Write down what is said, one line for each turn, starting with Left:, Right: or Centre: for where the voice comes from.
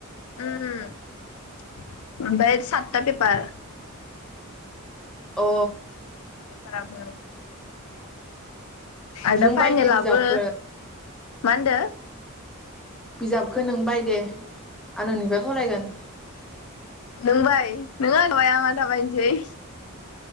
Left: ओम मोनबाय सतता पेपार
Centre: अ
Left: पेपाराबो आरो
Centre: नों
Left: दा फाइनालाबो
Centre: बायदे बिजाबखो
Left: मा होनदों?
Centre: बिजाबखो नों बायदे आं नोंनिफ्राय फरायगोन।
Left: नों बाय नों आथा आं आथा बायनोसै।